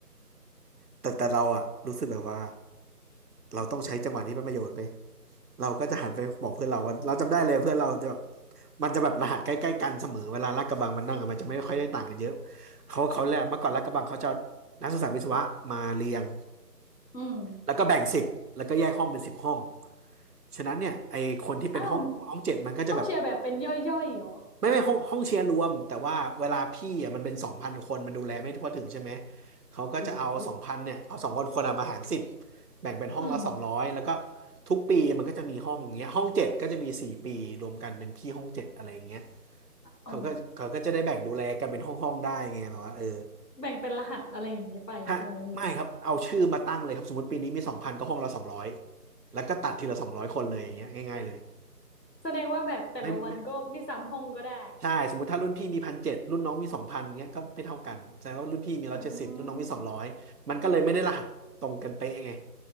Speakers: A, on the right; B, on the left.
A: แต่แต่เราอ่ะรู้สึกแบบว่าเราต้องใช้จังหวะนี้เป็นประโยชน์ไป เราก็จะหันไปบอกเพื่อนเราว่าเราจำได้เลยเพื่อนเราจะแบบมันจะแบบรหัสใกล้ๆกันเสมอเวลาลาดกระบังมันนั่งอะมันจะไม่ค่อยได้ต่างกันเยอะเขาเขาแหละเมื่อก่อนลาดกระบังเขาจะเอานักศึกษาวิศวะมาเรียง
B: อืม
A: แล้วก็แบ่งสิบแล้วก็แยกห้องเป็นสิบห้องฉะนั้นเนี่ยไอคนที่เป็นห้องห้องเจ็ดมันก็จะแบบ
B: อ้าวห้องแชร์แบบเป็นย่อยๆเหรอ
A: ไม่ไม่ห้องห้องเชียร์รวมแต่ว่าเวลาพี่อ่ะมันเป็นสองพันคนมันดูแลไม่ทั่วถึงใช่ไหมเขาก็จะเอาสองพันเนี่ยเอาสองพันคนอ่ะมาหารสิบ
B: โอ้โห
A: แบ่งเป็นห้องละสองร้อยแล้วก็
B: อืม
A: ทุกปีมันก็จะมีห้องอย่างเงี้ยห้องเจ็ดก็จะมีสี่ปีรวมกันเป็นพี่ห้องเจ็ดอะไรอย่างเงี้ย
B: อ๋อ
A: เขาก็เขาก็จะได้แบ่งดูแลกันเป็นห้องห้องได้ไงแบบว่าเออ
B: แบ่งเป็นรหัสอะไรอย่างนี้ไปใช่ไหมพี่
A: ถ้าไม่ครับเอาชื่อมาตั้งเลยครับสมมติปีนี้มีสองพันก็ห้องละสองร้อยแล้วก็ตัดทีละสองร้อยคนเลยอย่างเงี้ยง่ายๆเลย
B: แสดงว่าแบบแต่ละวันก็ไม่ซ้ำห้องก็ได้
A: ไม่ไม่ ใช่สมมติถ้ารุ่นพี่มีพันเจ็ดรุ่นน้องมีสองพันเงี้ยก็ไม่เท่ากันแสดงว่ารุ่นพี่มีร้อยเจ็ดสิบรุ่นน้องมีสองร้อยมันก็เลยไม่ได้รหัสตรงกันเป๊ะไง
B: อ๋อ